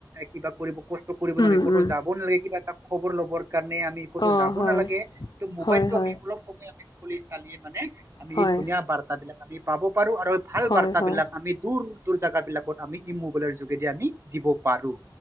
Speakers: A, on the right; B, on the left.
A: কিবা কৰিব কষ্ট কৰিব
B: উম,
A: নালাগে ক'তো
B: উম,
A: যাব নালাগে কিবা ত খবৰ ল'ব। আমি ক'তো
B: অ',
A: যাব
B: হয়,
A: নালাগে মোবাইলটো
B: হয়, হয়,
A: আমি অলপ সময় খলি চালি মানে আম
B: হয়,
A: এই ধুনীয়া বাৰ্তা বিলাক আমি পাব পাৰো আৰু ভাল
B: হয়,
A: বাৰ্তা
B: হয়,
A: বিলাক আমি দূৰ দূৰ জাগা বিলাকত আমি মোবাইলৰ যোগেদি আমি দিব পাৰো